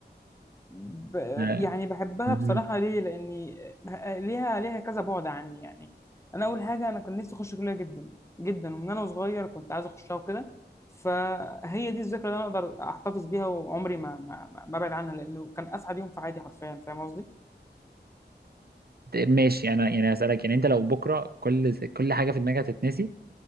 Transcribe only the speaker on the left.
ب...
يعني بحبها
بصراحة ليه؟ لأني ليها ليها كذا بعد عني يعني أنا أول حاجة أنا كان نفسي أخش كلية جدا جدا ومن أنا صغير كنت عايز أخشها وكده فهي دي الذكرى اللي أنا أقدر أحتفظ بيها وعمري ما ما ما ما أبعد عنها لأنه كان أسعد يوم في حياتي حرفيا فاهم قصدي؟